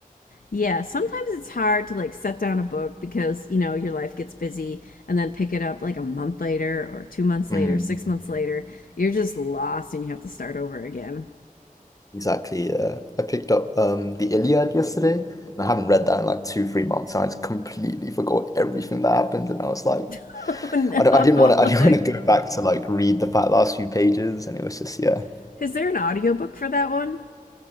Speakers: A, on the left (about 80°); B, on the left (about 25°).
A: Yeah, sometimes it's hard to like set down a book because, you know, your life gets busy and then pick it up like a month later or 2 months
B: Mm.
A: later, 6 months later. You're just lost and you have to start over again.
B: Exactly. Uh, I picked up um the Iliad yesterday, and I haven't read that in like two, three months, and I just completely forgot everything that happened, and I was like,
A: <laughs> Oh
B: I don't, I didn't want to,
A: no.
B: I didn't want to go back to like read the fat last few pages, and it was just yeah.
A: <laughs> Is there an audiobook for that one?